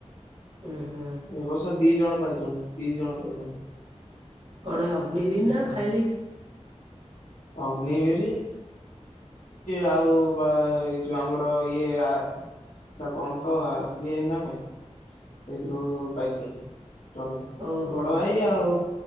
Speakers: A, on the right; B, on the left.
A: ହୁଁ ହୁଁ।
B: ଏ ବର୍ଷ ଦି ଜଣ ପାଇଛନ୍ତି, ଦି ଜଣ ପାଇଛନ୍ତି।
A: କଣ ଅଗ୍ନିବ
B: ହୁଁ
A: ନା ଖାଲି
B: ଅଗ୍ନିିବିରି ଆଉ ବା ଏଇ ଯୋଉ ଆମର ଇଏ ଏଟା କଣ ତ ଆ ବି ପାଇଁ ସେଇଥିରୁ ପାଇଛନ୍ତି ଜଣେ
A: ଓହୋ
B: ବଡ ଭାଇ ଆଉ,